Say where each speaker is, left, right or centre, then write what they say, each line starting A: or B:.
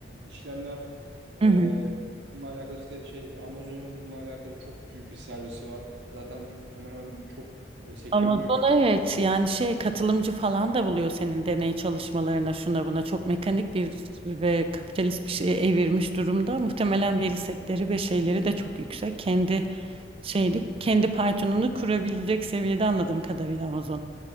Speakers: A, on the right (about 70°); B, on the right (about 30°).
A: işlemler e,
B: Hı hı.
A: onunla alakalı işte şey Amazon'un bununla alakalı çok büyük bir servisi var. Zaten bir- hemen hemen çok e, sektörün
B: Amazon
A: büyük bir
B: evet yani şey katılımcı falan da buluyor senin deney çalışmalarına şuna buna çok mekanik bir ve kapitalist bir şeye evirmiş durumda. Muhtemelen veri setleri ve şeyleri de çok yüksek. Kendi şeyli kendi Python'unu kurabilecek seviyede anladığım kadarıyla Amazon.